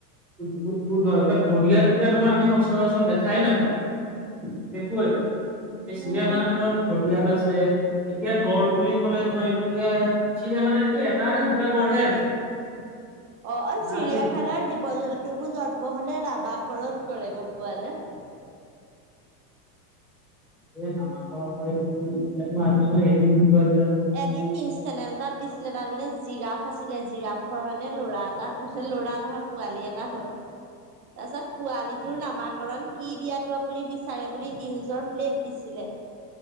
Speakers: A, in the centre; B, on the right.
A: উহ <inaudible> ভুল হয়, এতিয়া ঘৰিয়াল এতিয়া ধৰ আমি সচৰাচৰ দেখাই নাপাওঁ নেদেখুৱেই। এই চিৰিয়াখানাত
B: উম।
A: ধৰ ঘৰিয়াল আছে। এতিয়া গড় বুলি ক'লে ধৰ এতিয়া চিৰিয়াখানাত এতিয়া এটা নে দুটা গড়হে আছে।
B: অ, আৰু চিৰিয়াখানাৰ
A: নায়েই
B: জীৱ-জন্তু। তবোৰ জন্ম হলে নামাকৰণ কৰে গ'ম পোৱানে।
A: এই নামাকৰণ কৰে কিন্তু ইয়ানো আননিও এদিন গ যে,
B: এদিন নিউজ চেনেল তাত দিছিলে তাত মানে জিৰাফ আছিলে জিৰাফৰ মানে ল'ৰা এটা মানে ল'ৰা নহয়। পোৱালি এটা হ'ল। তাৰপিছত পোৱালিটোৰ নামাকৰণ কি দিয়াটো আপুনি বিচাৰে বুলি নিউজৰ প্লেট দিছিলে।